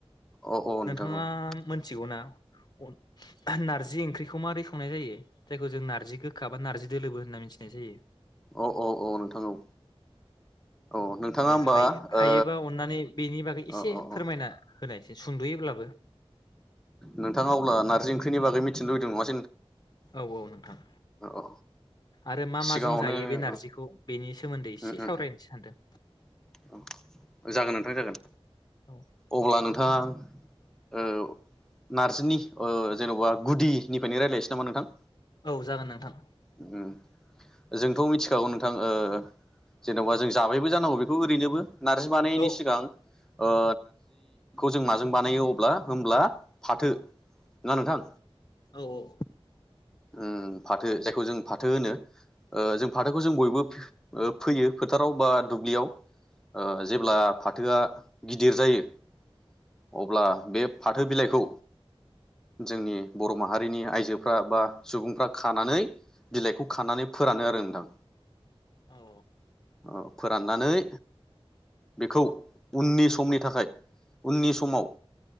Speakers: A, in the centre; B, on the left (about 45°).
A: औ औ
B: नोंथाङा
A: नोंथां औ
B: मोन- <unintelligible> नारजि ओंख्रिखौ माबोरै संनाय जायो जायखौ जों नार्जि गोखा बा नार्जि दोलोबो होनना मिथिनाय जायो?
A: औ औ औ नोंथां औ। औ नोंथाङा
B: <unintelligible>
A: होमबा
B: हायोबा
A: ओ
B: अननानै बेनि बागै एसे
A: अ अ
B: फोरमायना।
A: अ
B: होनायसै सुंद'योब्लाबो।
A: नोंथाङ अब्ला नारजि ओंख्रिनि बागै मिथिनो <unintelligible> नङा <unintelligible>
B: औ औ नोंथां।
A: औ
B: आरो मा माजों
A: सिगाङावनो
B: जायो बे नारजिखौ
A: ओ
B: बेनि सायाव। सोमोन्दै एसे
A: उम उम
B: सावरायनोसो सान्दों।
A: <unintelligible> जागोन नोंथां जागोन।
B: औ
A: अब्ला नोंथांआ, ओ नारजिनि ओ जेन'बा गुदिनिफ्रायनो रायज्लायनोसै नामा नोंथां?
B: औ जागोन नोंथां
A: उम जोंथ' मिथिखागौ नोंथां ओ जेन'बा जों जाबायबो जानांगौ बेखौ ओरैनोबो नार्जि बानायैनि
B: औ
A: सिगां ओ <unintelligible> <unintelligible> जों न माजों बानायो अब्ला होमब्ला फाथो ना नोंथां
B: औ औ
A: ओम फाथो जायखौ जों फाथो होनो जों ओ फाथोखौ जों बयबो फैयो फोथाराव बा दुब्लियाव जेब्ला फाथोआ गिदिर जायो अब्ला बे फाथो बिलाइखौ जोंनि बर' माहारिनि आइजोफ्रा बा सुबुंफ्रा खानानै बिलाइखौ खानानै फोरानो आरो नोंथां
B: औ
A: औ फोराननानै बेखौ उननि समनि थाखाय उननि समाव